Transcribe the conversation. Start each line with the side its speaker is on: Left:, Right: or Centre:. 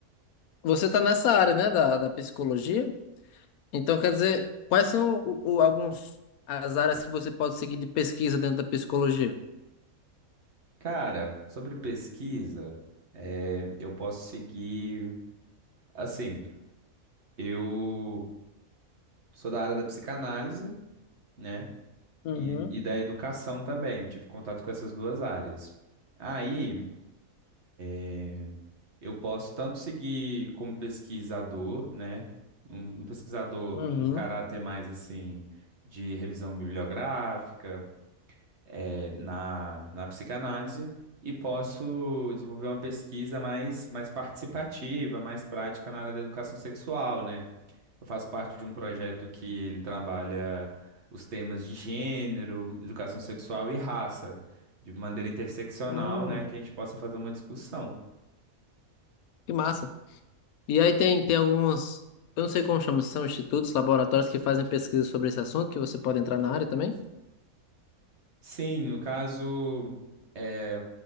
Left: Você está nessa área, né, da, da psicologia? Então, quer dizer, quais são o- o- alguns as áreas que você pode seguir de pesquisa dentro da psicologia?
Right: Cara, sobre pesquisa, é, eu posso seguir. Assim, eu sou da área da psicanálise, né?
Left: Uhum,
Right: E, e da educação também. Eu tive contato com essas duas áreas. Aí, é, eu posso tanto seguir como pesquisador, né? Um, um pesquisador
Left: uhum.
Right: num caráter mais assim de revisão bibliográfica é, na, na psicanálise e posso desenvolver uma pesquisa mais, mais participativa, mais prática na área da educação sexual, né? Eu faço parte de um projeto que ele trabalha os temas de gênero, educação sexual e raça, de maneira interseccional,
Left: Hum,
Right: né? Que a gente possa fazer uma discussão.
Left: que massa. E aí tem, tem alguns, eu não sei como chama, se são institutos, laboratórios que fazem pesquisa sobre esse assunto, que você pode entrar na área também?
Right: Sim, no caso, é,